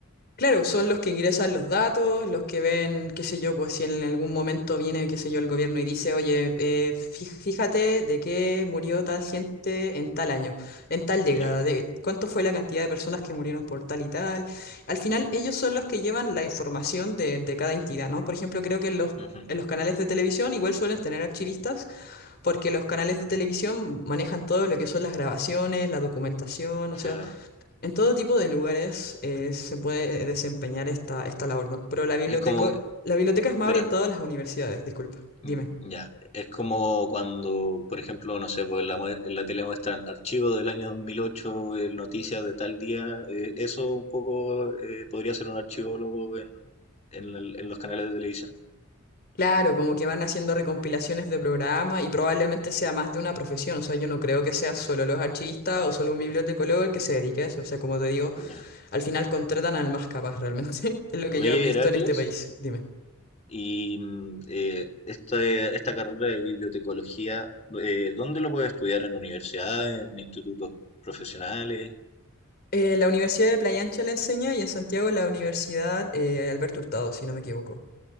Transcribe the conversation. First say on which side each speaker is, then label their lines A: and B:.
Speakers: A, on the left; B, on the left.
A: Claro, son los que ingresan los datos, los que ven, qué sé yo, pues si en algún momento viene, qué sé yo, el gobierno y dice, oye, eh, fí- fíjate de qué murió tal gente en tal año, en tal década,
B: Ya,
A: de cuánto fue la cantidad de personas que murieron por tal y tal. Al final, ellos son los que llevan la información de, de cada entidad, ¿no? Por ejemplo, creo que los,
B: ujú,
A: en los canales de televisión igual suelen tener archivistas, porque los canales de televisión manejan todo lo que son las grabaciones, la documentación, o
B: claro.
A: sea... En todo tipo de lugares eh, se puede desempeñar esta, esta labor, ¿no? Pero la biblioteca,
B: Es como,
A: la biblioteca es más
B: espera,
A: orientada a las universidades, disculpa, dime.
B: mm, ya, es como cuando, por ejemplo, no sé, pues en la, mue- en la tele muestran archivos del año 2008 eh, noticias de tal día, eh, eso un poco eh, podría ser un archivólogo en, en el- en los canales de televisión.
A: Claro, como que van haciendo recompilaciones de programa y probablemente sea más de una profesión, o sea, yo no creo que sea solo los archivistas o solo un bibliotecólogo el que se dedique a eso, o sea, como te digo,
B: Ya.
A: al final contratan al más capaz realmente, <laughs> es lo
B: Oye,
A: que yo he visto
B: Heracles,
A: en este país, dime.
B: y mm, eh, este- esta carrera de bibliotecología, eh, ¿dónde lo puedes estudiar? ¿En universidades, en institutos profesionales?
A: Eh, la Universidad de Playa Ancha la enseña y en Santiago la Universidad eh, Alberto Hurtado, si no me equivoco.